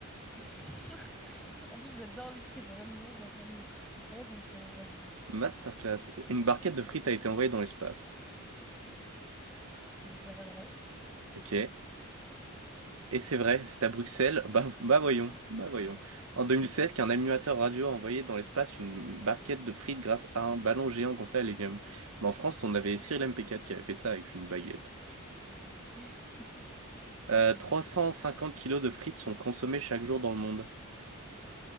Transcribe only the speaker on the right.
Masterclass. Une barquette de frites a été envoyée dans l'espace.
Ok. Et c'est vrai, c'est à Bruxelles. Bah, bah voyons, bah voyons. En 2016, qu'un animateur radio a envoyé dans l'espace une barquette de frites grâce à un ballon géant gonflé à l'hélium. Bah, en France, on avait Cyril MP4 qui avait fait ça avec une baguette.
Euh, 350 kilos de frites sont consommés chaque jour dans le monde.